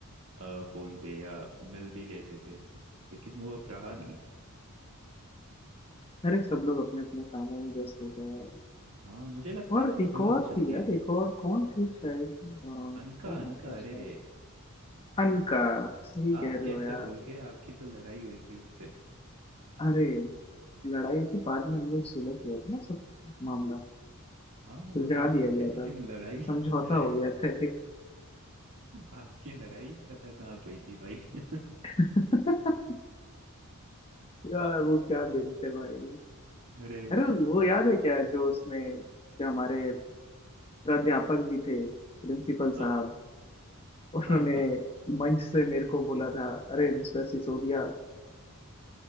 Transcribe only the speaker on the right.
आ, फोन पे या मिल भी लेते थे लेकिन वो अब रहा नहीं
हाँ मुझे लगता
है एक बार
मिलना
चाहिए
अनका
अनका
अरे
आप
कैसे
भूल गए आपकी तो लड़ाई हुई थी उससे
हाँ वो
तो ठीक
है लेकिन
लड़ाई <laughs>
लड़ाई
आपकी लड़ाई खतरनाक हुई थी भाई <laughs>
अरे
हाँ
हाँ
हाँ हाँ,